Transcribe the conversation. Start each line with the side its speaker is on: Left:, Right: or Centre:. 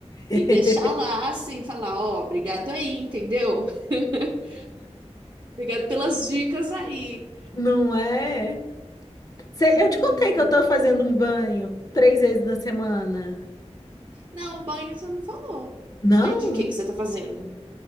Left: <laughs>
Right: e deixar lá assim, falar: Ó, obrigado aí, entendeu? <laughs> Obrigado pelas dicas aí.
Left: Não é? Cê-
Right: Menina.
Left: eu te contei que eu tô fazendo um banho três vezes na semana.
Right: Não, o banho você não falou.
Left: Não?
Right: Banho de quê que você tá fazendo?